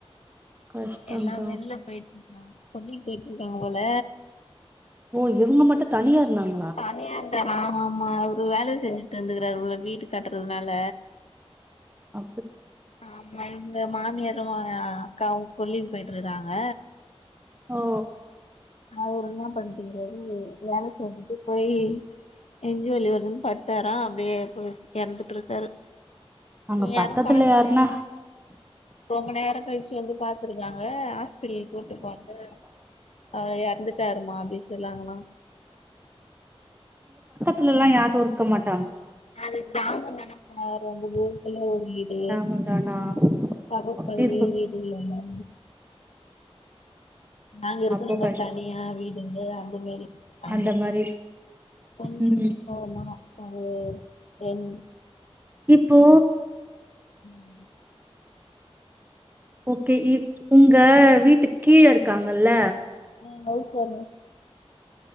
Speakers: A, on the right (about 20°); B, on the left (about 85°).
A: கஷ்டந்தா
B: எல்லா வெள்ல போயிட்ருந் தோ கொல்லிக்கி போயிட்ருக்காங்க போல
A: ஓ இவங்க மட்டு தனியா இருந்தாங்
B: தனியா இருந்தாரா ஆமா அவரு வேல செஞ்சுட்ருந்துருக்கறாரு உள்ள வீடு கட்றதுனால
A: அ
B: ஆமா இவுங்க மாமியார் அவங்க அக்காவு கொல்லிக்கி போயிட்ருக்கறாங்க
A: ஓ
B: அவரு என்னா பண்ட்ருக்கறாரு வேல செஞ்சுட்டு போயி நெஞ்சு வலி வருதுன்னு படுத்தாரா அப்டியே போய் எறந்துட்ருக்காரு
A: அங்க
B: யாரும்
A: பக்கத்துல
B: பாக்காம போயிட்டாங்கோ
A: யாருன்னா
B: ரொ ம்ப நேரோ கழிச்சு வந்து பாத்துருக்காங் க ஆஸ்பித்திரி கூப்ட்டு போனது அவரு எறந்துட்டாருமா அப்டின்னு சொன்னாங்களா
A: த்துல எல்லா யாரு இருக்க மாட்
B: அது கிராமந்தானக்கா ரொம்ப தூரத்துல ஒரு வீடு
A: கிராமந்தானா
B: பக்கத்துல
A: அப்டி இருக்கு
B: வீடு எதுவு இல்லல்ல நாங்க இருக்கறது
A: அப்போ
B: இந்த
A: கஷ்டோ
B: தனியா வீடு இல்ல அந்த மாரி அங்க
A: அந்த மாரி
B: கொஞ்ச
A: ம்
B: தூரோ போனா ஒரு ரெண்
A: இப்போ
B: <inaudible>
A: ஓகே இ உங்க வீட்டுக்கு கீழ இருக்காங்கல்ல
B: எங்க ஹவுஸ் ஓனர்